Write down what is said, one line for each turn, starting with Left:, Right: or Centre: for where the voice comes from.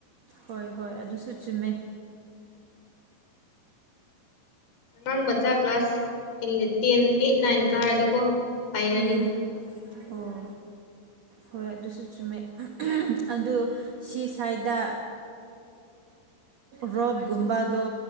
Right: ꯍꯣꯏ ꯍꯣꯏ ꯑꯗꯨꯁꯨ ꯆꯨꯝꯃꯦ
Left: ꯑꯉꯥꯡ ꯃꯆꯥ ꯀ꯭ꯂꯥꯁ ꯇꯦꯟ ꯑꯩꯠ ꯅꯥꯏꯟ ꯀꯥꯔꯗꯤꯀꯣ ꯍꯩꯔꯅꯤ
Right: ꯎꯝ ꯑꯣ ꯍꯣꯏ ꯑꯗꯨꯁꯨ ꯆꯨꯝꯃꯦ ꯑꯗꯨ ꯁꯤ ꯁ꯭ꯋꯥꯏꯗ ꯔꯣꯠꯀꯨꯝꯕꯗꯣ